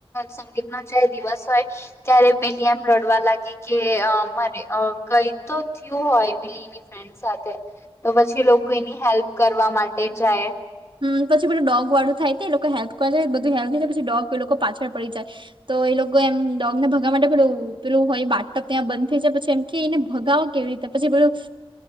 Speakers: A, on the left; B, on the right.
A: સંગીત ના જારે દિવસ હોય ત્યારે પેલીમ રડવા લાગી કે અમારે કઈ તો થયું હોય બીની ફ્રેન્ડ સાથે તો પછી લોકો એની હેલ્પ કરવા માટે જાય
B: હમ પછી બધું ડોગ વાળું થાય તો એ લોકો હેલ્પ કરે જાય બધું હેલ્પ થઈ જાય પછી ડોગ એ લોકો પાછળ પડી જાય તો એમ ડોગ ને ભગવા માટે પેલું પેલું હોય બાટપ ત્યાં બંધ થઈ જાય પછી એમ કે એને ભગાવો કેવી રીતે પછી પેલુ